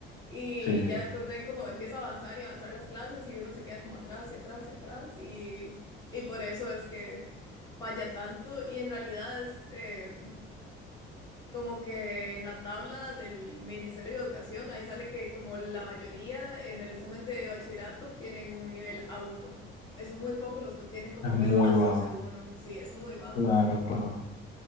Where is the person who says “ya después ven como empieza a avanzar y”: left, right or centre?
Left